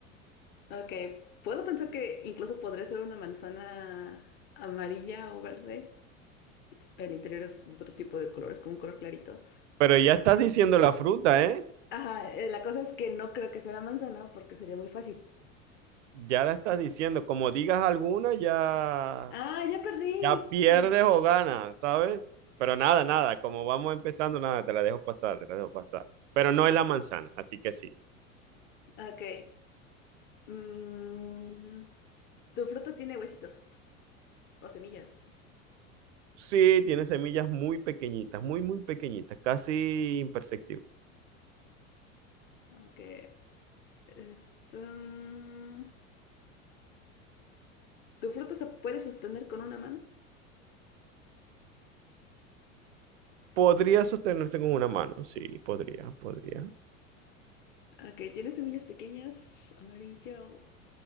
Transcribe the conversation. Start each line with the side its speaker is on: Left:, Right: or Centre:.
Left: Ok, puedo pensar que incluso podría ser una manzana amarilla o verde. El interior es de otro tipo de color, es como un color clarito.
Right: Pero ya estás diciendo la fruta, ¿eh?
Left: Ajá, eh, la cosa es que no creo que sea la manzana porque sería muy fácil.
Right: Ya la estás diciendo. Como digas alguna, ya,
Left: ¡Ah, ya perdí!
Right: ya pierdes o ganas, ¿sabes? Pero nada, nada. Como vamos empezando, nada, te la dejo pasar, te la dejo pasar. Pero no es la manzana, así que sí.
Left: Ok. Mm, Tu fruta tiene huesitos o semillas.
Right: Sí, tiene semillas muy pequeñitas, muy, muy pequeñitas, casi imperceptibles.
Left: Ok. Esto... mm, ¿Tu fruta se puede sostener con una mano?
Right: Podría sostenerse con una mano, sí, podría, podría.
Left: Ok, tiene semillas pequeñas, amarillo.